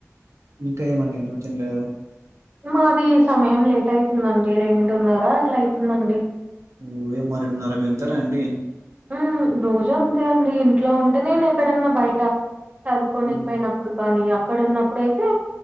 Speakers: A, on the right; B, on the right.
A: ఇంకా ఏమండి ఎందుకు తినలేదు
B: మాది సమయం లేట్ అయితుందండి రెండున్నర అట్లా అయితుందండి
A: ఓ యమ్మ రెండున్నరకి తింటారా అండి
B: మ్ రోజు అంతే అండి ఇంట్లో ఉంటే నేను ఎక్కడన్నా బయట చదువుకోనికిపోయినప్పుడు
A: ఉమ్
B: కానీ అక్కడ ఉన్నప్పుడయితే